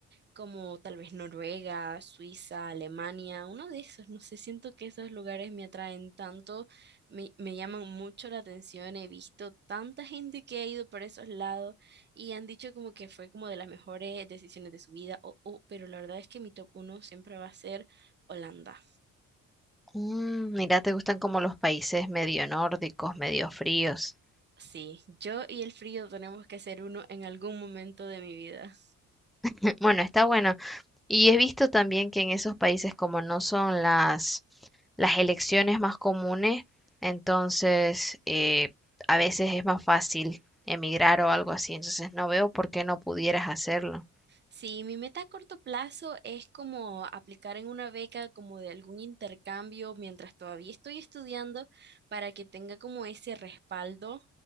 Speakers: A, on the right (about 35°); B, in the centre.
A: como tal vez Noruega, Suiza, Alemania, uno de esos, no sé, siento que esos lugares me atraen tanto, me, me llaman mucho la atención, he visto tanta gente que ha ido por esos lados y han dicho como que fue como de las mejores decisiones de su vida, o o- pero la verdad es que mi top uno siempre va a ser Holanda.
B: Mm, mira, te gustan como los países medio nórdicos, medio fríos.
A: Sí, yo y el frío tenemos que ser uno en algún momento de mi vida.
B: <laughs> Bueno, está bueno. Y he visto también que en esos países como no son las las elecciones más comunes, entonces eh, a veces es más fácil emigrar o algo así. Entonces no veo por qué no pudieras hacerlo.
A: Sí, mi meta a corto plazo es como aplicar en una beca como de algún intercambio mientras todavía estoy estudiando para que tenga como ese respaldo